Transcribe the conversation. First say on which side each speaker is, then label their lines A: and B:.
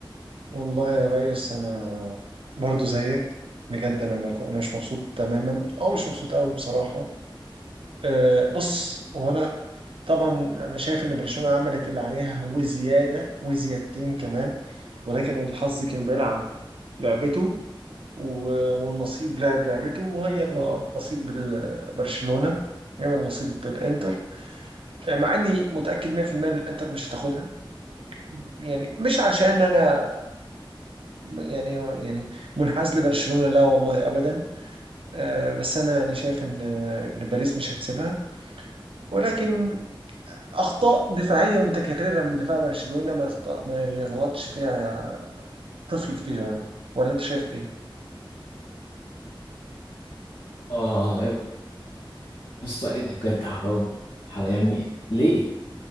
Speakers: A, on the right; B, on the left.
A: والله يا ريس انا برضو زيك بجد انا ما كو- انا مش مبسوط تماما او مش مبسوط قوي بصراحه أه بص هو انا طبعا انا شايف ان برشلونه عملت اللي عليها وزياده وزيادتين كمان ولكن الحظ كان بيلعب لعبته و- والنصيب لعب لعبته وهي من نصيب بال- برشلونه هي من نصيب الانتر مع اني متاكد 100% ان الانتر مش هتاخدها يعني مش عشان انا يعني يعني منحاز لبرشلونة لا والله ابدا آه بس انا يعني شايف ان آه، إن باريس مش هتسيبها ولكن اخطاء دفاعية متكررة من دفاع برشلونة ما يخطأ ما يغلطش فيها طفل في كيجان ولا انت شايف ايه؟
B: اه يا اسطى إيه ده؟ بجد حرام حرام يعني ليه